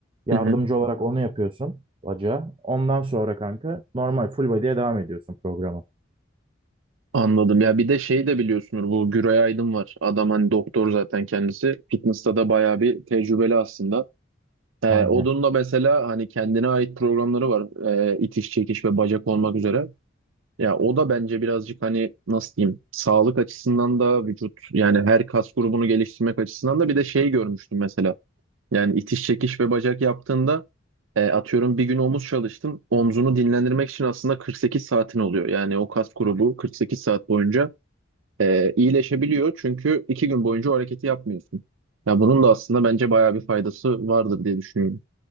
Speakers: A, on the right (about 25°); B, on the right (about 80°).
A: Yardımcı
B: hı hı.
A: olarak onu yapıyorsun bacağa. Ondan sonra kanka normal full body'ye devam ediyorsun programa.
B: Anladım. Ya bir de şey de biliyorsunuz bu Güray Aydın var. Adam hani doktor zaten kendisi. Fitness'ta da bayağı bir tecrübeli aslında. Ee,
A: Aynen.
B: da mesela hani kendine ait programları var. Ee, itiş, çekiş ve bacak olmak üzere. Ya o da bence birazcık hani nasıl diyeyim sağlık açısından da vücut yani her kas grubunu geliştirmek açısından da bir de şey görmüştüm mesela. Yani itiş, çekiş ve bacak yaptığında e, atıyorum bir gün omuz çalıştın. Omzunu dinlendirmek için aslında 48 saatin oluyor. Yani o kas grubu 48 saat boyunca e, iyileşebiliyor. Çünkü iki gün boyunca o hareketi yapmıyorsun. Ya bunun da aslında bence bayağı bir faydası vardır diye düşünüyorum.